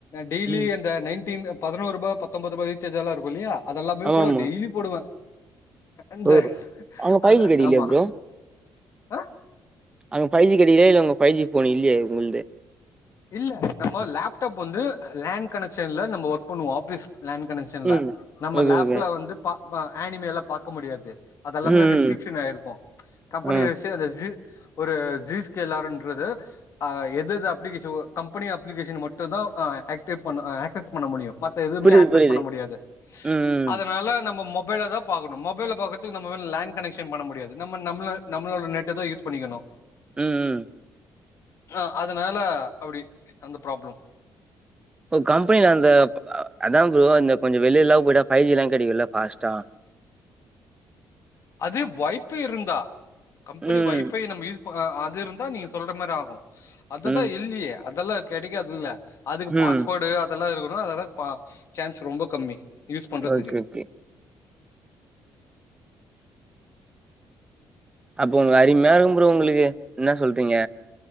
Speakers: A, on the left (about 55°); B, on the right (about 15°).
A: டெயலி
B: ம்.
A: அந்த நைன்டன் பதினோருபா பத்தொன்து ரூபா ரீ சார்ஜ் எல்லா இருக்கும் இல்லையா அதெல்லாமயே
B: ஆமாமா.
A: கூட டெய்லி போடுவ இந்த
B: ஓ! அங்க
A: அந்த
B: கிடைக்கலையா
A: ஆமா
B: ப்ரோ?
A: ஆ
B: அங்க ஃபைவ ஜி கடைக்கிதா இல்ல உங்க ஃபைவ ஜி ஃபோன் இல்லைய உங்கள்து
A: இல்ல நம்ம லேப்டாப் வந்து லேண்ட் கனெக்ஷன்ல நம்ம ஒர்க் பண்ணுவோ ஆஃபீஸ் லேண்ட் கனெக்ஷன்ல
B: ம்.
A: நம்ம
B: ஓகே,
A: லேப்ல
B: ஓகே.
A: வந்து பா பா ஆனிமெல்லா பாக்க முடியாது அதெல்லாமே
B: ம்.
A: ரெஸ்ட்ரிக்ஷன்
B: ம்.
A: ஆயிருக்கு கம்பெனி
B: ஆ.
A: ரெஸ்ட்யே அந்த ஜி ஒரு ஜிஸ்கேல்ல ண்றது ஆ எதேது ஸோ கம்பெனி அப்ளிகேஷன் மட்டுதா அ ஆக்டிவ் பண்ண ஆக்சஸ் பண்ண முடியு மத்த எதுமே
B: புரியுது,
A: ஆக்சஸ்
B: புரியுது.
A: பண்ண முடியாது
B: ம், ம்.
A: அதனால நம்ம மொபைல தா பாக்கணு மொபைல பாக்குறத்துக்கு நம்ம லைன் கலெக்ஷன் பண்ண முடியாது நம்ம நம்ள நம்மளோட நெட்டுதா யூஸ் பண்ணிக்கணு
B: ம் ம்
A: அ அதனால அப்பிடி அந்த ப்ராப்ளம்
B: இப்ப கம்பெனில அந்த அதா பரோ இந்த கொஞ்சோ வெளியெல்லா போயிட்டா ஃபைவ் ஜில்லா கெடைக்குல்ல ஃபாஸ்டா
A: அது ஒய்ஃபைவ் இருந்தா கம்பெனி
B: ம்.
A: ஒய்ஃபை நம்ம யூஸ் இப்போ அது இருந்தா நீங்க சொல்ற மாரி ஆகு அததா
B: ம்.
A: இல்லையே அதெல்லா கெடைக்காதுல்ல அதுக்கு
B: ம்.
A: பாஸ்போர்டு அதெல்லா இருக்கணு அதெல்லா ப சான்ஸ் ரொம்ப கம்மி யூஸ் பண்றதுக்கு
B: ஓகே, ஓகே. அப்ப உங்களுக்கு அரிம இருக்கும் ப்ரோ உங்களுக்கு என்ன சொல்றீங்க